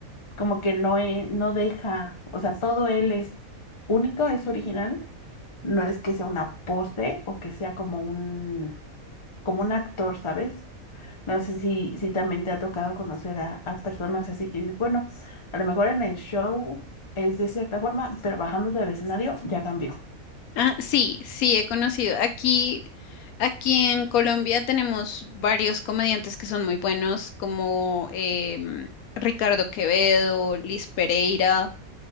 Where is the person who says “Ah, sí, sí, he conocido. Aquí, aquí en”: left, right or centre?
Left